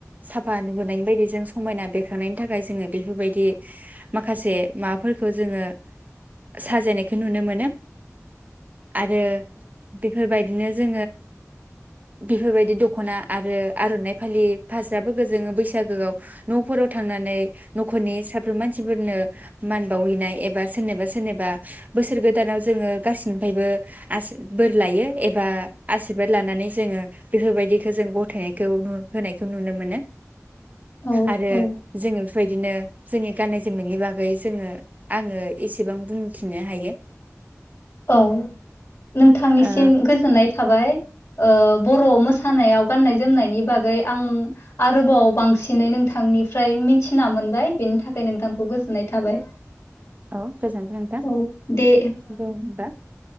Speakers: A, on the right (about 30°); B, on the left (about 60°).
A: साफा नुुबोनायनि बायदि जों समायना बेरखांनायनि थाखाय जोङो बेफोरबायदि माखासे माबाफोरखौ जोङो साजायनायखौ नुनो मोनो आरो बेफोरबाय दिनो जो बेफोरबायदि द खना आरो आर'नाय फालि फास्राफोरखो जोङो बैसागोआव न'फोराव थांनानै न'खरनि साफ्रोम मानसिफोरनो मान बावहैनाय एबा सोरनिबा सोरनिबा बोसोर गोदानाव जोङो गाससिनिफ्रायबो आस बोर लायो एबा आसशिरबाद लानानै जोङो बेफोरबायदिखो जों गथाय होनायखौ नुनो मोनो
B: औ
A: आरो
B: औ
A: जोंङो नो जोंनि गाननाय जोमनायनि बागै जोङो आङो एसेबां बुंथिनो हायो
B: औ नोंथांनिसिम
A: ओ
B: गोजोननाय थाबाय ओ बर' मोसानायाव गाननाय जोमनायनि बागै आं आरोबाव बांसिनै नोंथांनिफ्राय मिथिना मोनबाय बेनि थाखाय नोंथांखौ गोजोननाय थाबाय
A: औ गोजोन्थों नोंथां
B: औ दे
A: दे होमबा